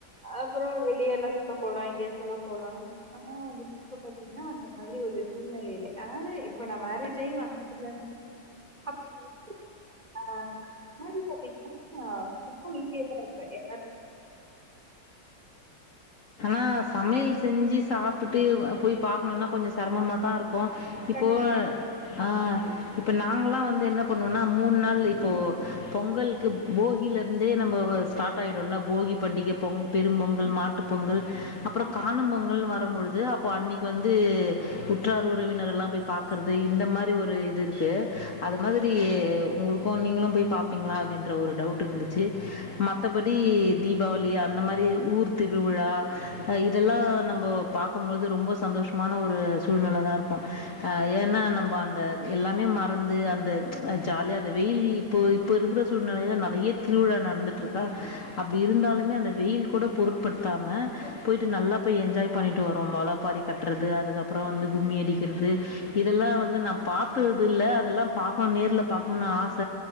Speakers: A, on the right (about 25°); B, on the left (about 50°).
A: அப்றோ வெ இ ஏ எல்லா சுத்த போலா எங்கே ஆசுல்லா போலா ஆனா வந்துட்டு இப்ப பாத்தீங்கன்னா அந்த மாதிரி ஒரு சூழ்நிலையில ஆது இப்ப நா மேரேஜை வந்ததுலந்து அப் <inaudible> ஆஹ் மாரி பாத்தீங்கன்னா ரொம்ப ஈஸியேதா இருப்ப <inaudible>
B: ஆ சமையல் செஞ்சு சாப்ட்டு வுவ போய் பாக்கணுனா கொஞ்சோ செரமமா தா இருக் போ இப்போ
A: கண்டிப்பா.
B: ஆஹ் இப்ப நாங்கல்லா வந்து என்ன பண்ணுவோனா மூன் நாள் இப்போ பொங்கல்க்கு போகில்ல இருந்தே நம்போ வ ஸ்டாட் ஆய்டுல போகி பண்டிகை பொங் பெரும் பொங்கல் மாட் ட்டு பொங்கல் அப்ற
A: ஆம்.
B: காணும் பொங்கல் வா ரும்பொழுது அப்போ அன்னிக்கு வந்து உற்றார் உறவினர்ல்லா போய் பாக்குறது இந்த மாரி ஒரு இது இருக்கு அது மாதிரி உங்க்ளுகூ நீங்க்ளு போய் பாப்பிங்களா அப்டின்ற ஒரு டவுட் இருந்துச்சு மத்தபடி தீபாவளி அந்த மாரி ஊர் திருவிழா அ இதெல்லா நம்போ பாக்கும் பொழுது ரொம்ப சந்தோஷமான ஒரு சூழ்நெல தா இருக்கு அஹ் ஏனா நம்ப அந்த எல்லாமே மறந்து அந்த ஜாலிய அந்த வெயில் இப்போ இப்போ இருக்குற சூழ்நிலையில நெறைய திருவிழா நடந்துட்டு இருக்கா அப்டி இருந்தாலுமே அந்த வெயில் கூடக் பொருட்படுதாம போய்ட்டு நல்லா போய் என்ஜாய் பண்ணிட்டு வரோ மொளபாரி கட்றது அதுகப்றோ வந்து கும்மி அடிகிற்து இதெல்லா வந்து நா பாத்தற்துல்ல அதெல்லா பாக்கணு நேர்ல பாக்ணுனு ஆச